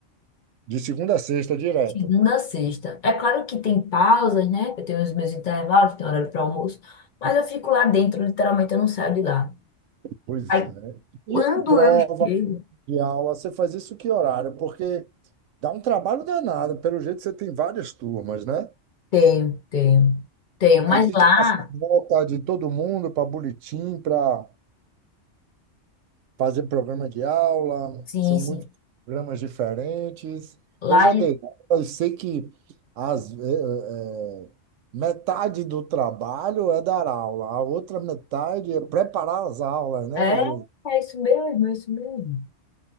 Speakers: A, on the right (about 80°); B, on the left (about 50°).
A: de segunda a sexta, direto.
B: Segunda a sexta. É claro que tem pausas, né? Eu tenho os meus intervalos, tenho horário para almoço, mas eu fico lá dentro, literalmente eu não saio de lá.
A: Pois
B: Aí
A: é. E
B: quando
A: prova
B: eu chego,
A: de aula, você faz isso que horário? Porque dá um trabalho danado. Pelo jeito, você tem várias turmas, né?
B: tenho, tenho, tenho,
A: Aí
B: mas
A: tem
B: lá,
A: que passar nota de todo mundo para boletim, para fazer programa de aula.
B: sim,
A: São
B: sim,
A: muitos programas diferentes.
B: lá
A: Eu já
B: ele-
A: dei, aula e sei que as, eh, eh, metade do trabalho é dar aula, a outra metade é preparar as aulas, né?
B: é,
A: E eu,
B: é isso mesmo, é isso mesmo.